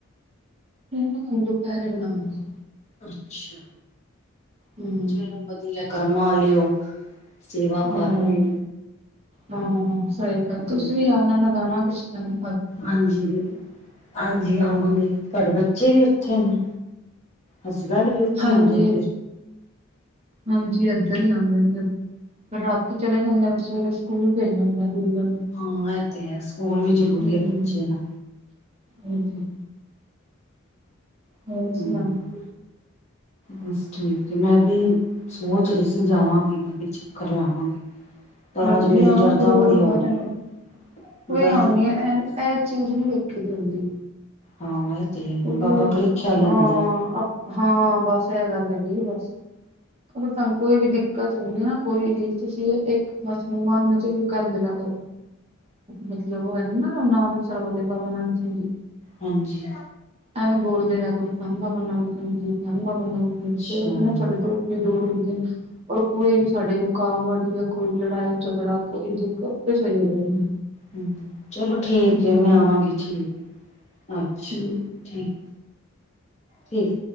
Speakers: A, on the right (about 30°); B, on the left (about 35°).
A: ਨਈ ਹੁਣ ਦੁਪੇਰੇ ਬਣਾਵਾਗੀ।
B: ਅੱਛਾ।
A: ਹੂੰ।
B: ਚਲੋ ਵਧੀਆ ਕਰਮਾਂ ਆਲੇ ਓ। ਸੇਵਾ ਕਰ
A: ਹਮ
B: ਰਹੇ
A: ਹਾਂ ਸਹੀ ਗੱਲ
B: ਹੋ
A: ਤੁਸੀਂ ਵੀ ਆਣਾ ਲਗਾਣਾ ਕਿਸ ਟੇਮ
B: ਹਾਂਜੀ। ਹਾਂਜੀ ਆਵਾਂਗੇ ਤੁਹਾਡੇ ਬੱਚੇ ਵੀ ਉੱਥੇ ਨੇ, ਹਸਬੈਂਡ ਵੀ ਉੱਥੇ
A: ਹਾਂਜੀ,
B: ਆਉਂਦੇ ਨੇ
A: ਹਾਂਜੀ ਇੱਧਰ ਹੀ ਆਦੇ ਨੇ ਫਿਰ ਰਾਤੀ ਚਲੇ ਜਾਂਦੇ ਸਵੇਰੇ ਸਕੂਲ ਭੇਜਣਾ ਹੁੰਦਾ ਗੁਡੀਆ ਨੂੰ
B: ਹਾਂ ਇਹ ਤੇ ਹੈ ਸਕੂਲ ਵੀ ਜ਼ਰੂਰੀ
A: ਹੂੰ
B: ਐ ਬੱਚੇ ਦਾ।
A: ਹਾਂਜੀ। ਹੋਰ ਸੁਣਾਓ
B: ਹੂੰ ਬਸ ਠੀਕ ਮੈਂ ਵੀ ਸੋਚ ਰਹੀ ਸੀ ਜਾਵਾਂਗੇ। ਮੈਂ ਵੀ ਚੱਕਰ ਲਾਵਾਂਗੀ। ਪਰ
A: ਹਾਂਜੀ
B: ਅੱਜ ਮੇਰੀ
A: ਆਨਾ
B: ਦਰਦਾਂ
A: ਜ਼ਰੂਰ,
B: ਬੜੀ ਹੋ
A: ਆ ਜਾਣਾ।
B: ਰਹੀਆਂ
A: ਕੋਈ
B: ਦਰਦ
A: ਗੱਲ
B: ਬੜੀ
A: ਨੀ ਏ
B: ਹੋ ਰਹੀ ਸੀ।
A: ਏਹ ਚੀਜ਼ ਨੀ ਵੇਖੀ ਦੀ ਹੁੰਦੀ।
B: ਹਾਂ ਇਹ ਤੇ
A: ਕਿਉਂਕਿ
B: ਏ ਬਾਬਾ ਪ੍ਰੀਖਿਆ ਲੈਂਦਾ।
A: ਹਾਂ ਹਾਂ ਬਸ ਏਹ ਗੱਲ ਹੈਗੀ ਏ ਬਸ ਫਿਰ ਤੁਹਾਨੂੰ ਕੋਈ ਵੀ ਦਿੱ ਦਿੱਕਤ ਹੋ ਨਾ ਕੋਈ ਵੀ ਤੁਸੀਂ ਇੱਕ ਬਸ ਮਨ ਚ ਵੀ ਕਰਦੇ ਰਿਹਾ ਕਰੋ। ਮਤਲਬ ਉਹ ਹੈਗੇ ਨਾ ਨਾਨਕਸਾਰ ਵਾਲੇ ਬਾਬਾ ਨਾਨਕ ਸਿੰਘ ਜੀ।
B: ਹਾਂਜੀ।
A: ਐਵੇਂ ਬੋਲਦੇ ਰਿਹਾ ਕਰੋ ਧੰਨ ਬਾਬਾ ਨੰਦ ਸਿੰਘ ਜੀ, ਧੰਨ ਬਾਬਾ ਨੰਦ ਸਿੰਘ
B: ਅੱਛਾ
A: ਜੀ ਫਿਰ ਆਪ
B: ਹੂੰ
A: ਨਾ ਛੱਡ ਦੋ ਵੀ ਦੂਰ ਹੁੰਦੇ ਨੇ। ਔਰ ਕੋਈ ਵੀ ਸਾਡੇ ਰੁਕਾਵਟ ਜਾਂ ਕੋਈ ਲੜਾਈ-ਝਗੜਾ, ਕੋਈੇ ਦਿੱਕਤ ਆਪੇ ਹੀ ਹੋ ਜਾਂਦੀ।
B: ਹੂੰ ਚਲੋ ਠੀਕ
A: ਹੂੰ,
B: ਏ, ਮੈਂ ਆਵਾਂਗੀ ਠੀਕ ਏ ਅੱਛਾ।
A: ਹੂੰ
B: ਠੀਕ, ਠੀਕ।